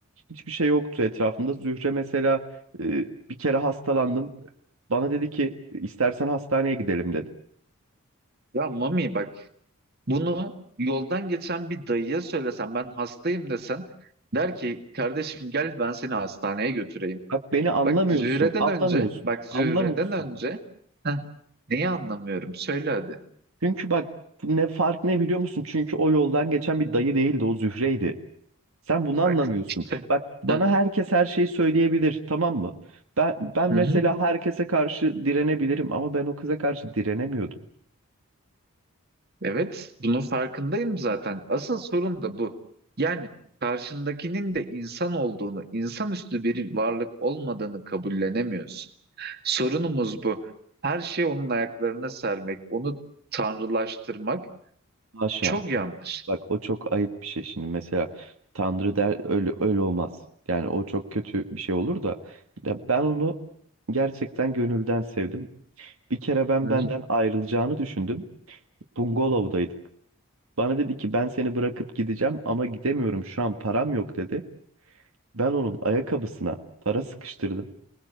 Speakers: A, on the right; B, on the right.
A: Hiçbir şey yoktu etrafımda. Zühre mesela e, bir kere hastalandım. Bana dedi ki istersen hastaneye gidelim dedi.
B: Ya Mami bak bunu yoldan geçen bir dayıya söylesen ben hastayım desen der ki kardeşim gel ben seni hastaneye götüreyim.
A: Bak beni anlamıyorsun,
B: Bak Zühre'den
A: anlamıyorsun,
B: önce bak Zühre'den
A: anlamıyorsun.
B: önce Heh, neyi anlamıyorum söyle hadi.
A: Çünkü bak ne fark ne biliyor musun? Çünkü o yoldan geçen bir dayı değildi, o Zühre'ydi. Sen bunu
B: Bak
A: anlamıyorsun.
B: işte
A: Bak bana
B: Heh,
A: herkes her şeyi söyleyebilir, tamam mı? Ben ben
B: hı
A: mesela
B: hı.
A: herkese karşı direnebilirim ama ben o kıza karşı direnemiyordum.
B: Evet, bunun farkındayım zaten. Asıl sorun da bu. Yani karşındakinin de insan olduğunu, insanüstü bir varlık olmadığını kabullenemiyorsun. Sorunumuz bu. Her şeyi onun ayaklarına sermek, onu tanrılaştırmak
A: Haşa.
B: çok yanlış.
A: Bak o çok ayıp bir şey şimdi mesela Tanrı der öyle öyle olmaz. Yani o çok kötü bir şey olur da ya ben onu gerçekten gönülden sevdim. Bir kere ben
B: Hı
A: benden
B: hı.
A: ayrılacağını düşündüm. Bungalov'daydık. Bana dedi ki ben seni bırakıp gideceğim ama gidemiyorum şu an param yok dedi. Ben onun ayakkabısına para sıkıştırdım.